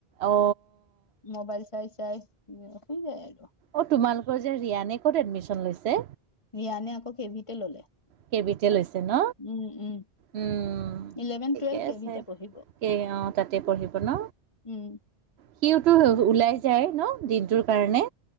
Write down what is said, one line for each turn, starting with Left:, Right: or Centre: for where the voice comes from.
Right: অ
Left: মোবাইল চাই চাই স হৈ যায়।
Right: অ তোমালোকৰ যে ৰিয়ানে ক'ত এডমিশন লৈছে?
Left: ৰিয়ানে আকৌ কেভিতে ললে।
Right: কেভিটে লৈছে ন
Left: উম উম
Right: উম।
Left: ইলেভেন
Right: ঠিকে
Left: টুৱেলভ কেভিতে
Right: আছে
Left: পঢ়িব
Right: এই অ তাতে পঢ়িব ন?
Left: উম
Right: সিওতো ওলাই যায় ন দিনটোৰ কাৰণে?